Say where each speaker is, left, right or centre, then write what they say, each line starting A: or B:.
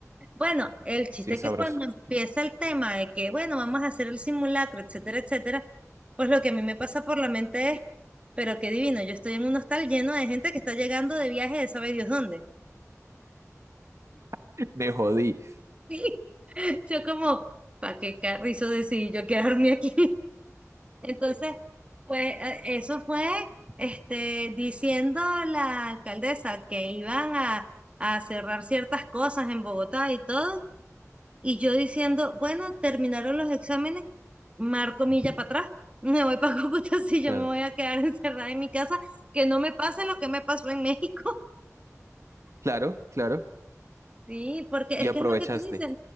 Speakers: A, on the right (about 20°); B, on the right (about 65°).
A: Bueno, el chiste
B: sí es
A: es
B: sabroso.
A: que cuando empieza el tema de que, bueno, vamos a hacer el simulacro, etcétera, etcétera, pues lo que a mí me pasa por la mente es, pero qué divino, yo estoy en un hostal lleno de gente que está llegando de viaje de sabe Dios dónde.
B: <laughs> Me jodí.
A: <laughs> Y yo como, ¿para qué carrizo decidí yo quedarme aquí? <laughs> Entonces, pues eh, eso fue este, diciendo a la alcaldesa que iban a, a cerrar ciertas cosas en Bogotá y todo, y yo diciendo, bueno, terminaron los exámenes, marco milla para atrás, <laughs> me voy para Cúcuta <laughs> si
B: Claro,
A: yo me voy a quedar <laughs> encerrada en mi casa, que no me pase lo que me pasó en México.
B: claro, claro.
A: Sí, porque
B: Y
A: es
B: aprovechaste.
A: que es lo que tú dices,